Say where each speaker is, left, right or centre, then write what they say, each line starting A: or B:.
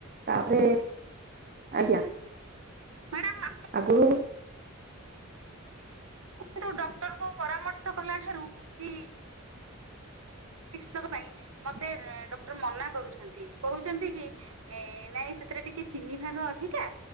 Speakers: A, on the right; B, on the right.
A: ତାପରେ ଆଜ୍ଞା।
B: ମ୍ୟାଡ଼ାମ
A: ହୁଁ
B: ଡକ୍ଟର କ ପରାମର୍ଶ କଲା ଠାରୁ କି ଦବା ପାଇଁ ମତେ ଡକ୍ଟର ମନା କରୁଛନ୍ତି କହୁଛନ୍ତି କି ନାଇଁ ସେଥିରେ ଟିକେ ଚିନି ଭାଗ ଅଧିକା